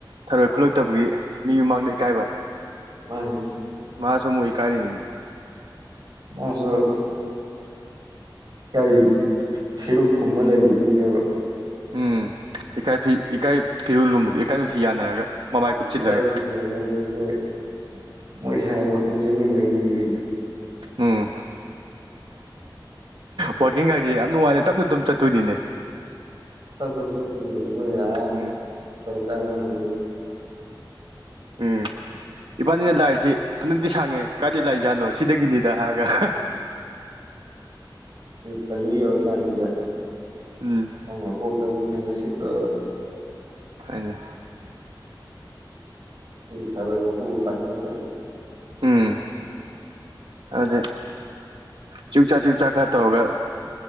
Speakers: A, on the right; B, on the right.
A: ꯊꯔꯣꯏ ꯈꯨꯠꯂꯛꯇꯕꯒꯤ ꯃꯤ ꯃꯃꯥꯡꯗ ꯏꯀꯥꯏꯕ
B: ꯃꯥꯅꯦ
A: ꯃꯥꯁꯨ ꯃꯨ ꯏ ꯀꯥꯅꯤ
B: ꯃꯥꯁꯨ ꯀ ꯐꯤꯔꯨꯛ ꯀꯨꯝꯕ ꯂꯩꯗꯣꯏꯅꯦꯕ
A: ꯎꯝ ꯏꯀꯥꯏ ꯏꯀꯥꯏ ꯐꯤꯔꯨꯜ ꯂꯨꯝꯕꯗꯨ ꯏꯀꯥꯏ ꯅꯨꯡꯁꯤ ꯌꯥꯅꯔꯒ ꯃꯃꯥꯏ ꯀꯨꯞꯁꯤꯜꯂꯒ
B: ꯏ ꯅꯨꯡꯁꯤ ꯃꯣꯏ ꯃꯣꯏ ꯁ ꯋꯥꯛꯀꯤꯡ ꯆꯠꯃꯤꯟꯅꯩꯗꯣꯏꯅꯦ
A: ꯎꯝ ꯋꯥꯋꯀꯤꯡ ꯍꯥꯏꯁꯦ ꯌꯥꯝ ꯅꯨꯡꯉꯥꯏꯅ ꯇꯞꯅ ꯇꯝ ꯆꯠꯇꯣꯏꯅꯤꯅꯦ
B: ꯆꯠꯠꯇ ꯆꯠꯠꯇꯣꯏ ꯌꯥ
A: ꯎꯝ
B: ꯀꯔꯀ ꯍ
A: ꯎꯝ ꯏꯕꯥꯅꯤꯅ ꯂꯥꯛꯏꯁꯤ ꯐꯅꯗꯤꯤ ꯁꯥꯡꯉꯦ ꯀꯥꯏꯗ ꯂꯥꯏꯏꯖꯥꯠꯅꯣ ꯁꯤꯗꯒꯤꯅꯤꯗ ꯍꯥꯏꯒ <inaudible>
B: ꯄꯂꯤ ꯌꯧꯔꯀꯥꯟꯗꯨꯗ
A: ꯎꯝ
B: ꯑꯁꯪ ꯃꯄꯣꯛꯇ ꯑꯃꯨꯛ ꯊꯦꯡꯅꯁꯤꯀ
A: ꯍꯅ
B: ꯀꯔꯑꯣꯣꯏ ꯃꯈ ꯄꯊ ꯋꯥꯔ
A: ꯎꯝ ꯑꯗꯨꯗꯩ ꯆꯛꯆꯥꯥ ꯆꯛꯆꯥ ꯈꯔ ꯇꯧꯔꯒ